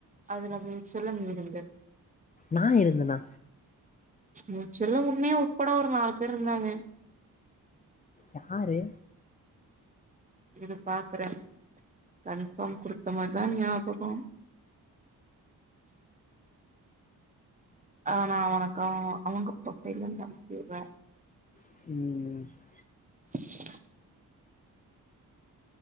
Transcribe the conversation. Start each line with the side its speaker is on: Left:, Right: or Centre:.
Right: அதுல மூச்சில்லா நீ இருந்த
Left: நா இருந்தனா
Right: மூச்சில்ல உன்னையு உட்பட ஒரு நாலு பேர் இருந்தாங்க
Left: யாரு
Right: இது பாக்குறே கன்ஃபார்ம் குடுத்த மாதிரிதா ஞாபகோ ஆனா அவனக்க அவுங் அவங்க ப்ரஃபைல்ல இருந்து அனுப்பி வுட்றே
Left: ம் ம்
Right: <inaudible>